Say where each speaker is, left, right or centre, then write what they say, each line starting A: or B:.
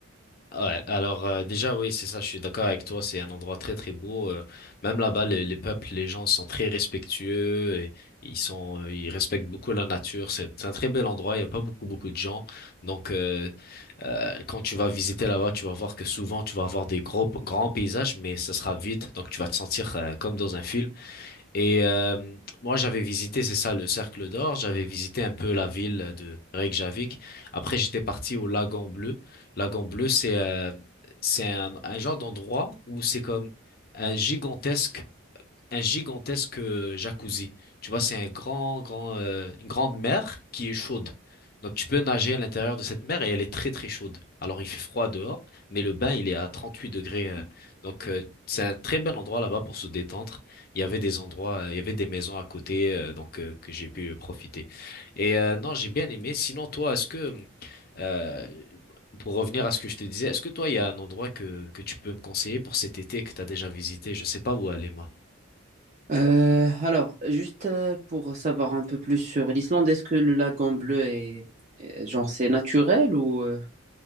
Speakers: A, on the left; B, on the right.
A: Ouais, alors euh, déjà oui, c'est ça, je suis d'accord avec toi, c'est un endroit très très beau. euh, même là-bas, les, les peuples, les gens sont très respectueux, et ils sont, euh, ils respectent beaucoup la nature. C'est c'est un très bel endroit, il y a pas beaucoup beaucoup de gens. Donc euh, euh, quand tu vas visiter là-bas, tu vas voir que souvent tu vas avoir des gros grands paysages, mais ça sera vide, donc tu vas te sentir euh, comme dans un film. Et euh, moi, j'avais visité, c'est ça, le Cercle d'Or. J'avais visité un peu la ville de Reykjavik. Après, j'étais parti au Lagan Bleu. Lagan Bleu, c'est euh, c'est un, un genre d'endroit où c'est comme un gigantesque un gigantesque euh, jacuzzi. Tu vois, c'est un grand, grand, euh, une grande mer qui est chaude. Donc tu peux nager à l'intérieur de cette mer et elle est très très chaude. Alors il fait froid dehors, mais le bain il est à 38 degrés. euh, donc euh, c'est un très bel endroit là-bas pour se détendre. Il y avait des endroits, euh, il y avait des maisons à côté, euh, donc euh, que j'ai pu euh, profiter. Et euh, non, j'ai bien aimé. Sinon toi, est-ce que euh, pour revenir à ce que je te disais, est-ce que toi il y a un endroit que que tu peux me conseiller pour cet été que t'as déjà visité? Je sais pas où aller moi.
B: Euh, alors, juste euh, pour savoir un peu plus sur l'Islande, est-ce que le lagon bleu est, est- genre, c'est naturel ou... euh,